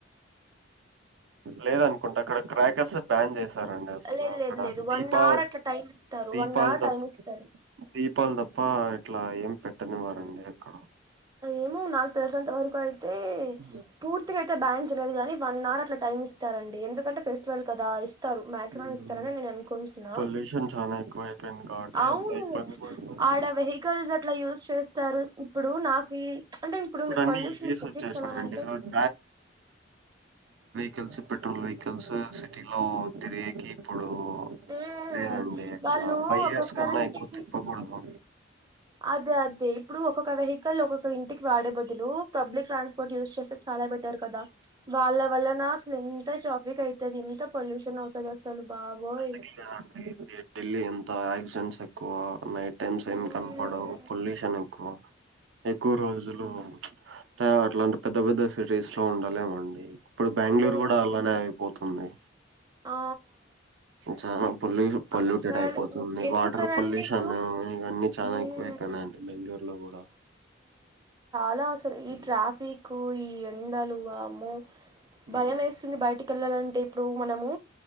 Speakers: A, on the right; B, on the right.
A: లేదనుకుంటే అక్కడ క్రాకర్స్ బ్యాన్ చేస్తా తర అండి అసలా
B: లేదు
A: అక్కడ
B: లేదు లేదు వన్
A: దీపాల
B: అవర్ అట్లా టైం ఇస్తారు
A: దీపాల
B: వన్ అవర్
A: తప్ప
B: టైం ఇస్తారు
A: దీపాల తప్ప అట్లా ఏం పెట్టని ఇవరు అండి అక్కడ
B: ఏమో నాకు తెల్సి అంత వరకు అయితే అయితే
A: ఉమ్,
B: పూర్తిగాయితే బ్యాన చేయలేదు గాని వన్ హౌర్ అట్లా టైమ్ ఇస్తారండి ఎందుకంటే ఫెస్టివల్ కదా ఇస్ ఇస్తారు మాక్సిమం
A: ఉమ్,
B: ఇస్తారని నేను అనుకుంటున్నా
A: పొల్యూషన్ చాలా ఎక్కువైపోయింది కాబట్టి
B: అవును
A: అంత ఇబ్బంది పడుతున్నారు.
B: ఆడ వెహికల్స్ అట్లా యూస్ చేస్తారు ఇప్పుడు నాకు యి అంటే ఇప్పుడు మీరు
A: అన్నీ
B: పొల్యూషన్
A: ఈవీస్
B: తగ్గించాలని
A: వచ్చేసినాయండి.
B: అంటే
A: అవి కలిసి పెట్రోల్ వెహికల్స్ సిటీ లో తిరిగేకి ఇప్పుడు
B: ఉమ్
A: లేదండి ఎక్కడ
B: వాళ్ళు
A: ఫైవ్
B: ఒక్కొక్కరు
A: ఇయర్స్ కన్నా
B: ఇంటికి
A: ఎక్కువ తిప్పకూడదు
B: అదే అదే ఇప్పుడు ఒక్కొక్క వెహి కల్ ఒకో ఇ ఇంటికి వాడే బదులు పబ్లిక్ ట్రాన్స్పోర్ట్ యూస్ చేస్తే చాలా బెట టరు కదా వాళ్ళ వల్లనా ఎంత ట్రాఫక్ అయితది ఎంత పొల్యూషన్ అవుతాది అసలు బాబోయ్
A: ఢిల్లి అంటే దఢిల్లీ ఎంత ఆక్సిడెంస్ ఎక్కువ నైట్ టెంట్స్
B: హ్మ్
A: ఏం కనపడవు పొల్యూషన్ ఎక్కువ ఎక్కువ రోజులు అంటే అట్లాంటి పెద్ద పెద్ద సిటీస్ లో ఉండాలేమండి ఇప్పుడు బెంగళూరు
B: అవును
A: కూడా అలానే అయిపో తుంది
B: ఆ
A: చాలా పొల్యూషన్ పొల్యూటెడ్
B: అసలు
A: అయిపోతుంది
B: ఎందుకనంటే
A: వాటర్ పొల్యూషన్
B: ఇప్పుడు
A: ఇవన్నీ చాలా
B: హ్మ్
A: ఎక్కువ అయితనాయండి బెంగళూరు లో కూడా
B: ఎలా అసలు ఈ
A: ఉమ్
B: ట్రాఫిక్ కు ఈ ఎండలు వామ్మో
A: ఉమ్
B: భయం ఏస్తుంది బయటికి పిల్లలంటే ఇప్పుడు మనము